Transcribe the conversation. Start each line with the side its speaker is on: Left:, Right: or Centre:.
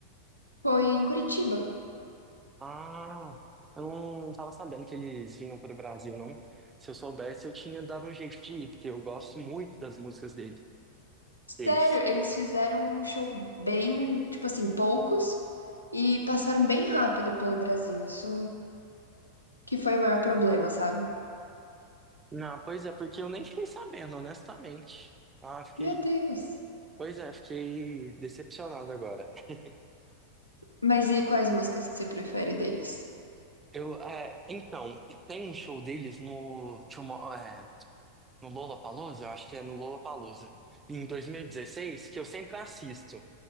Left: Foi em Curitiba.
Right: Ah, eu não tava sabendo que eles vinham pro Brasil, não. Se eu soubesse, eu tinha dado um jeito de ir, porque eu gosto muito das músicas dele, deles.
Left: Sério, eles fizeram um show bem, tipo assim, poucos e passaram bem rápido pelo Brasil. Isso que foi o maior problema, sabe?
Right: Não, pois é, porque eu nem fiquei sabendo, honestamente. Ah, fiquei.
Left: Meu Deus.
Right: Pois é, fiquei decepcionado agora. <laughs>
Left: Mas e quais músicas que você prefere deles?
Right: Eu, é, então, tem um show deles no, tinha uma- é, no Lollapalooza, eu acho que é no Lollapalooza, em 2016 que eu sempre assisto.